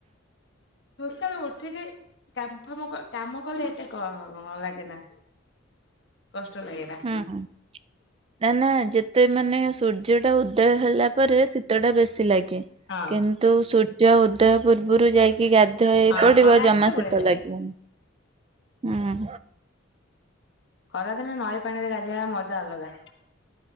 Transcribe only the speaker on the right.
ହୁଁ। ନା ନା ଯେତେ ମାନେ ସୂର୍ଯ୍ୟ ଟା ଉଦୟ ହେଲା ପରେ ଶୀତ ଟା ବେଶୀ ଲାଗେ
କିନ୍ତୁ ସୂର୍ଯ୍ୟ ଉଦୟ ପୂର୍ବରୁ ଯାଇ କି ଗାଧେଇ
ପଡ଼ିବ
ଜମା
ଶୀତ
ଲାଗିବନି ହୁଁ।